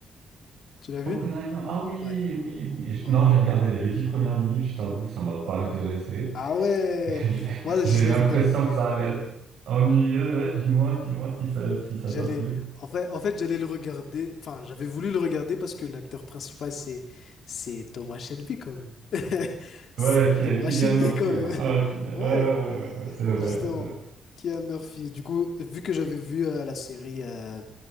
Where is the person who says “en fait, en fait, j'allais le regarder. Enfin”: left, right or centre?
Left